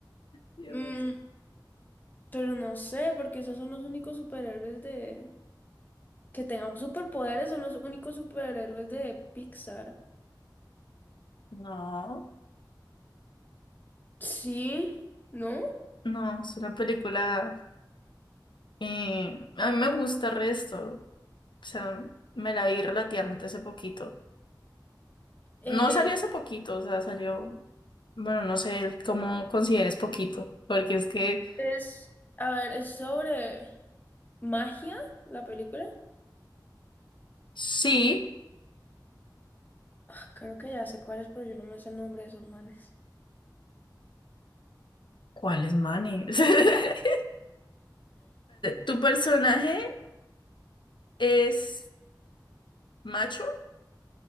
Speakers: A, on the left (about 85°); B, on the left (about 25°).
A: Dios.
B: Mm, pero no sé, porque esos son los únicos superhéroes de... Que tengan superpoderes son los únicos superhéroes de Pixar.
A: No.
B: Sí, ¿no?
A: No, es una película... eh, a mí me gusta el resto. O sea, me la vi relativamente hace poquito.
B: Eh,
A: No salió hace poquito, o sea, salió... Bueno, no sé cómo consideres poquito, porque es que
B: es... A ver, es sobre magia la película.
A: sí.
B: Ah, creo que ya sé cuál es, pero yo no me sé el nombre de esos manes.
A: ¿Cuál es Manny? <laughs> Espérate, ¿tu personaje es macho?